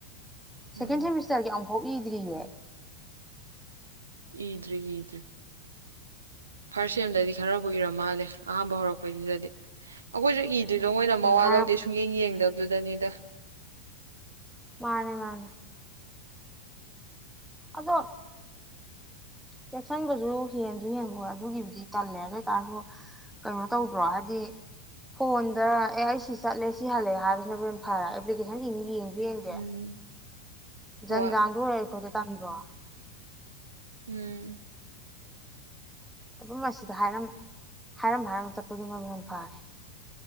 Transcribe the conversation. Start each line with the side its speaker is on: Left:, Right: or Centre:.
Centre: ꯁꯀꯦꯟ
Right: ꯎꯝ
Centre: ꯁ ꯃꯤꯁꯔ ꯊꯣꯛꯏꯗ꯭ꯔꯤꯉ
Right: ꯏꯗ꯭ꯔꯤ ꯏꯗ꯭ꯔꯤ ꯐꯥꯔꯁ ꯁꯦꯝꯗꯗꯤ ꯈꯔꯕꯨ ꯏꯔꯝ ꯃꯥꯜꯂꯦ ꯑꯍꯥꯟꯕ ꯍꯧꯔꯛꯄꯩꯁꯤꯗꯗꯤ ꯑꯩꯈꯣꯏꯁꯨ ꯏ ꯑꯗꯨꯗꯤꯗꯣ ꯃꯣꯏꯅ ꯃꯋꯥ
Centre: ꯍꯥꯏꯔꯛ
Right: ꯂꯧꯗꯦ ꯁꯨꯡ ꯌꯦꯡ ꯌꯦꯡꯗ ꯑꯗꯨ ꯑꯗꯨꯗꯅꯤꯗ
Centre: ꯃꯥꯅꯦ ꯃꯥꯅꯦ ꯑꯗꯣ ꯆꯦꯛꯁꯤꯟꯕꯁꯨ ꯍꯦꯟꯁꯨ ꯍꯦꯟ ꯍ ꯑꯗꯨꯒꯤꯕꯨꯗꯤ ꯇꯜꯂꯦ ꯑꯗꯨ ꯑꯣꯏꯇꯥꯥꯔꯁꯨ ꯀꯩꯅꯣ ꯇꯧꯗ꯭ꯔꯣ ꯍꯥꯏꯕꯗꯤ ꯐꯣꯟꯗ ꯑꯦ ꯑꯩ ꯁꯤ ꯆꯠꯂꯦ ꯁꯤ ꯍꯜꯂꯦ ꯍꯥꯏꯕꯁꯤꯅ ꯍꯅ ꯐꯔꯦ ꯑꯦꯄ꯭ꯂꯤꯀꯦꯁꯟꯗꯤꯅꯤ ꯌꯦꯡ ꯌꯦꯡꯗꯦ
Right: ꯎꯝ ꯍꯣꯏ
Centre: ꯖꯟꯖꯥꯟꯗꯨꯔꯛꯦ ꯈꯣ ꯇꯟ꯭ꯔꯣ
Right: ꯎꯝ
Centre: ꯃꯐꯝ ꯑꯁꯤꯗ ꯍꯥꯏꯔ ꯍꯥꯏꯔꯝ ꯍꯥꯏꯔꯝ ꯆꯠꯄꯗꯨ ꯃꯗꯨ ꯐꯔꯦ